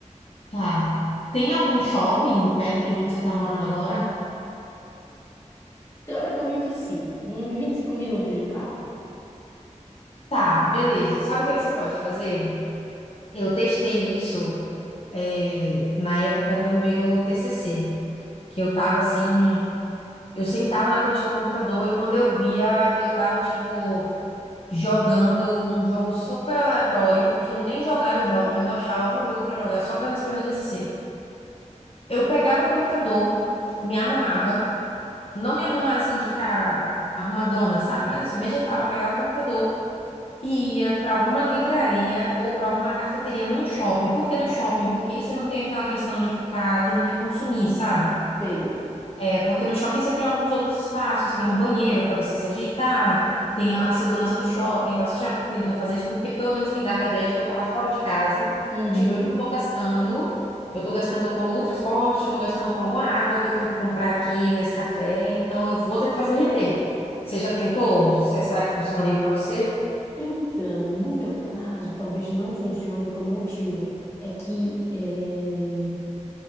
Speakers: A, on the left (about 50°); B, on the left (about 20°).
A: tá. Tem algum shopping perto de onde você tá morando agora?
B: Teoricamente, sim. Uns 25 minutos de carro.
A: Tá, beleza. Sabe o que que você pode fazer? Eu testei isso é, na época do meu TCC, que eu tava assim, eu sentava na frente do computador e quando eu via, eu tava tipo jogando um jogo super aleatório, que eu nem jogar eu jogo, mas eu achava algum jogo pra jogar só pra não escrever o TCC. Eu pegava o computador, me arrumava, não me arrumava assim de ficar arrumadona, sabe? Mas assim, eu me ajeitava, pegava o computador e ia para alguma livraria ou para alguma cafeteria num shopping. Por que no shopping? Porque aí você não tem aquela questão de ficar tendo que consumir, sabe?
B: Sei.
A: É porque no shopping você tem alguns outros espaços, tem um banheiro para você se ajeitar, tem a a segurança do shopping. Então você já tentou fazer isso porque pelo menos me dava a ideia de que eu estava fora de casa,
B: Uhum.
A: tipo, eu estou gastando. Eu estou gastando com o transporte, eu estou gastando com alguma água que eu tenho que comprar aqui nesse café, então eu vou ter que fazer render. Você já tentou? Se- Será que funcionaria para você?
B: Então, no meu caso, talvez não funcione por um motivo. É que eh,